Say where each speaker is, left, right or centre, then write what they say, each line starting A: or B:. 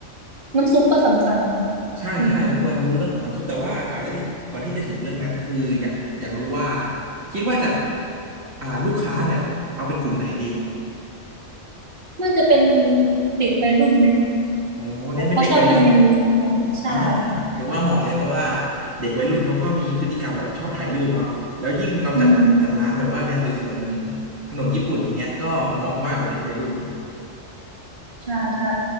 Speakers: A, on the right; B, on the right.
A: น้ำซุปก็สำคัญเนาะ
B: ใช่ใช่ควรรู้เรื่องของน้ำซุปแต่ว่าก่อนที่ก่อนที่จะถึงเรื่องนั้นคืออยากอยากรู้ว่า
A: อืม
B: คิดว่าจะอ่าลูกค้าเนี่ยเอาเป็นกลุ่มไหนดี
A: น่าจะเป็นเด็กวัยรุ่นไหม
B: โอ้เน้นเป็นเด็กวัยรุ่น
A: แบบเขาชอบกินเมนูเส้นกันใช่
B: อ่าถือว่าเหมาะเลยเพราะว่าเด็กวัยรุ่นเขาก็มีพฤติกรรมแบบชอบถ่ายรูปเนาะแล้วยิ่งเราจัดจัดร้านแบบว่าแนวสวยๆเหมือน
A: อืม
B: ถนนญี่ปุ่นอย่างเงี้ยก็เหมาะมากกับเด็กวัยรุ่น
A: ใช่ใช่